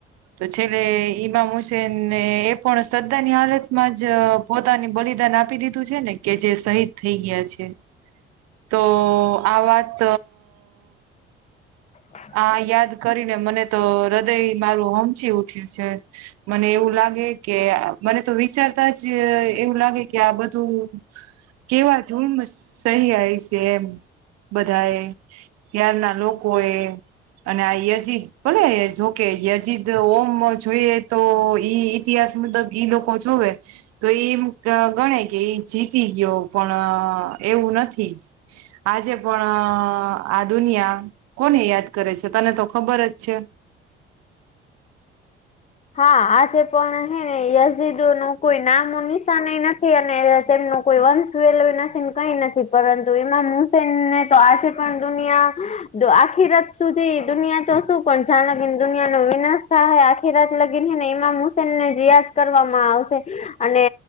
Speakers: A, on the right; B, on the left.
A: તો છેલ્લે ઈમા મુ છે ને એ પણ શ્ધા ની હાલતમાં જ પોતાની બલિદાન આપી દીધું છે ને કે જે શહીદ થઈ ગયા છે તો આ વાત
B: હ
A: આ યાદ કરીને મને તો હૃદય મારું હોમચી ઉઠ્યું છે. મને એવું લાગે કે મને તો વિચારતા જ એવું લાગે કે આ બધું કેવા ૂમ સહી આવી છે એમ બધા એ ત્યાંાર ના લોકો એ અને આ યજીદ ભલે જોકે યજીદ ઓમ જોઈએ તો ઈ ઇતિહાસ મુબ ઈ લોકો જોવે તો એમ ગણે કે એ જીતી ગયો પણ એવું નથી. આજે પણ આ દુનિયા કોને યાદ કરે છે તને તો ખબર જ છે.
B: હા આજે પણ હે ને યઝદો નું કોઈ નામ નિશાાન નથી અને તેમનું કોઈ વંશ વેલવે નસીન કઈ નથી પરંતુ એમના હુસેનને તો આજે પણ દુનિયા આખી રાત સુધી દુનિયા તો શું પણ જણકને દુનિયા ન વિનાશ આખી રાત લગીને ને ઈમામ હુસેન ને રીિયાજ કરવામાં આવશે. અને